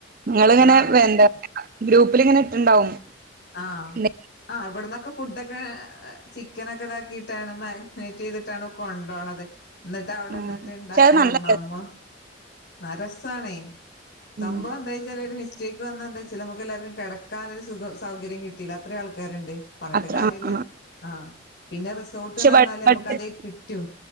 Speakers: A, on the right; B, on the left.
A: ങ്ങള്ങ്ങനെ
B: ആഹ്
A: വെന്താ
B: രസ
A: ഗ്രൂപ്പില്ങ്ങനെ ഇട്ട്ണ്ടാവും
B: ആഹ്
A: നെ.
B: ആഹ് ഇവട്ന്നൊക്കം. ഫുഡൊക്കെ ചിക്കനൊക്കെ താക്കിട്ടാണ് മാഗ് നേറ്റ് ചെയ്തിട്ടാണ് കൊണ്ടോണത്. ന്നട്ട അവ്ടെന്നട്ട്
A: ആ
B: ണ്ടാക്കാ
A: പക്ഷെ അത് നല്ല
B: ന്നക്ക ന്നമ്മോ.
A: രസ
B: ന്ന രസ്സാണേ സംഭവം
A: ഉം
B: എന്തയ്ച്ചാല് ഒരു മിസ് റ്റേക്ക് വന്ന എന്തയ്ച്ചാല് നമ്മക്കെല്ലാർക്കും കെടക്കാനൊരു സുഖ സൗകര്യം കിട്ടല അത്രിം ആൾക്കാര്ണ്ട്. പർഞ്ഞിട്ട്
A: അത്ര
B: കാര്യല്ല
A: ആ ആ
B: ആഹ് പിന്നെ റിസ് സോട്ട്ന്നർഞ്ഞാല്
A: പക്ഷെ ബഡ്ജറ്റ്
B: നമക്ക് അതേ കിട്ട്യൂ